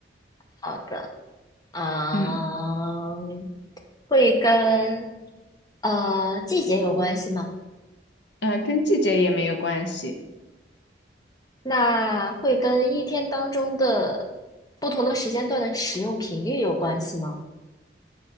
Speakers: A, on the left; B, on the left.
A: 好的。啊，
B: 嗯
A: 会跟呃季节有关系吗？
B: 呃，跟季节也没有关系。
A: 那会跟一天当中的不同的时间段的使用频率有关系吗？